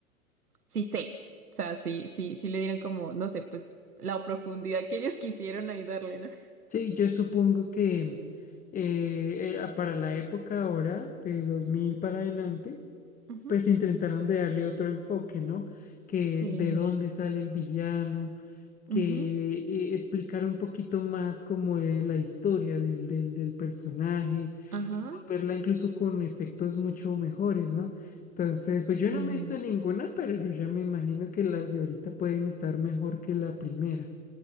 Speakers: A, on the right; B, on the left.
A: sí sé. O sea, sí, sí, sí le dieron como, no sé, pues la profundidad que ellos quisieron ahí darle, ¿no?
B: Sí, yo supongo que eh, eh, para la época ahora, de 2000 para adelante,
A: Ujú.
B: pues intentaron de darle otro enfoque, ¿no? Que
A: Sí.
B: de dónde sale el villano, que
A: Ujú.
B: eh, explicara un poquito más como eh, la historia del, del, del personaje
A: Ajá.
B: y volverla incluso con efectos mucho mejores, ¿no? Entonces, pues
A: Sí.
B: yo no me he visto ninguna, pero yo ya me imagino que las de ahorita pueden estar mejor que la primera.